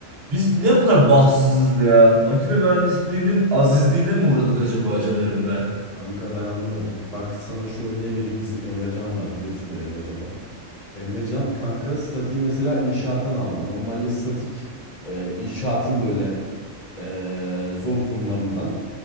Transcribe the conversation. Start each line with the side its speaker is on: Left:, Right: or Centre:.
Right: Biz niye bu kadar bahtsızız ya? Makine mühendisliğinin azizliğine mi uğradık acaba Caner'im be?
Left: Kanka ben anlamadım. Bak sana şu örneği vereyim. Bizim Emrecan var biliyorsundur Emrecan'ı. Emrecan kanka statiği mesela inşaattan aldı. Normalde statik e, inşaatın böyle e, zor konularından.